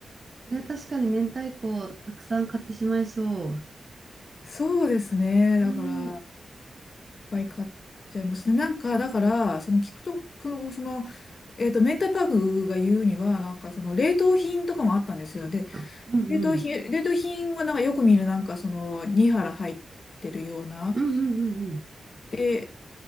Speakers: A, on the right; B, on the left.
A: や確かに明太子たくさん買ってしまいそ
B: そうですね。
A: う。
B: だから、
A: ね
B: いっぱい買っちゃいますね。なんか、だから、その聞くと、その、その、えっと、メンタパークが言うには、なんか、その、冷凍品とかもあったんですよ。で、
A: え。あ、うんうん。
B: 冷凍品、冷凍品はなんかよく見る、なんか、その、2腹入ってるような。
A: うんうんうん
B: で